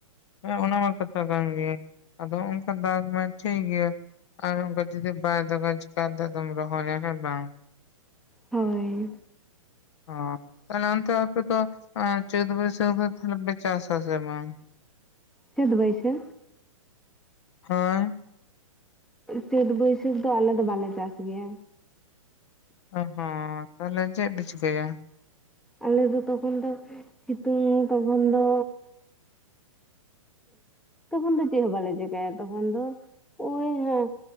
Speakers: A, on the left (about 55°); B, in the centre.
A: ᱦᱮᱸ ᱚᱱᱟ ᱢᱟ ᱠᱟᱛᱷᱟ ᱠᱟᱱ ᱜᱮᱭᱟ, ᱟᱫᱚ ᱚᱱᱠᱟ ᱫᱟᱜᱽ ᱢᱟᱭ ᱴᱷᱤᱠ ᱜᱮᱭᱟ, ᱟᱨ ᱚᱱᱠᱟ ᱡᱫᱤ ᱵᱟᱭ ᱫᱟᱡᱽ ᱪᱮᱠᱟ ᱤᱫᱟ ᱠᱟᱛᱮᱢ ᱫᱚᱢ ᱨᱚᱦᱭᱟ ᱦᱮᱸ ᱵᱟᱝ?
B: ᱦᱚᱭ᱾
A: ᱦᱚᱸ ᱛᱟᱦᱚᱞᱮ ᱚᱱᱛᱮ ᱟᱯᱮ ᱫᱚ ᱪᱟᱹᱛ ᱵᱟᱹᱭᱥᱟᱹᱠᱷ ᱫᱚ ᱛᱟᱦᱮᱞᱮ ᱯᱮ ᱪᱟᱥ ᱟᱥᱮ ᱵᱟᱝ?
B: ᱪᱟᱹᱫᱚ ᱵᱟᱹᱭᱥᱟᱹ?
A: ᱦᱟᱭ᱾
B: ᱪᱟᱹᱛ ᱵᱟᱹᱭᱥᱟᱹᱠᱷ ᱫᱚ ᱟᱞᱮ ᱫᱚ ᱵᱟᱞᱮ ᱪᱟᱥ ᱜᱮᱭᱟ᱾
A: ᱚ ᱦᱚᱸ ᱛᱟᱦᱮᱞᱮ ᱪᱮᱫ ᱯᱮ ᱪᱤᱠᱟᱹᱭᱟ?
B: ᱟᱞᱮ ᱫᱚ ᱛᱚᱠᱷᱚᱱ ᱫᱚ ᱥᱤᱛᱩᱝ ᱛᱚᱠᱷᱚᱱ ᱫᱚ ᱛᱚᱠᱷᱚᱱ ᱫᱚ ᱪᱮᱫ ᱦᱚᱸ ᱵᱟᱞᱮ ᱪᱮᱠᱟᱭᱟ, ᱛᱚᱠᱷᱚᱱ ᱫᱚ ᱚᱭᱦᱟᱸ